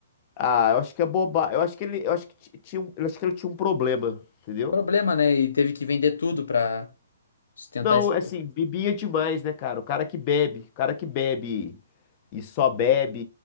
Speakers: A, on the left; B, on the left.
A: Ah, eu acho que é boba. Eu acho que ele, eu acho que ti- tinha, um- eu acho que ele tinha um problema, entendeu?
B: Problema, né? E teve que vender tudo pra. Se tentar
A: Não,
B: esse-
A: é assim, bebia demais, né, cara? O cara que bebe, o cara que bebe e só bebe